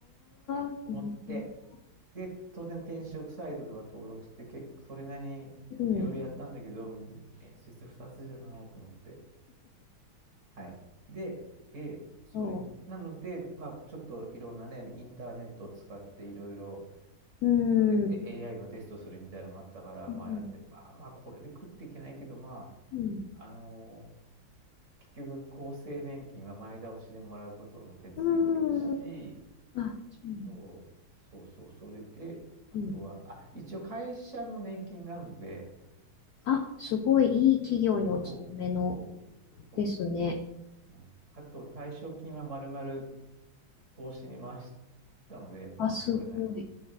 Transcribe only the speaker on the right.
思って、
で、当然転職サイトとか登録して、結構それなりにいろいろやったんだけど、
面接2つじゃないと思って。はい。で、で、それ、
なので、まあ、ちょっといろんなね、インターネットを使っていろいろ、
ね、て
AI のテストするみたいなのがあったから、
まあやって、まあまあ、これで食っていけないけど、ま
あ、あのー結局、厚生年金は前倒しでもらうことの手続きをし、
そう、そうそう、それで、あとは、
あ、一応会社も年金があるので、
それでそう、そう、そ
う。うんあと、退職金はまるまる投資に回したので、まあ、
それなりに。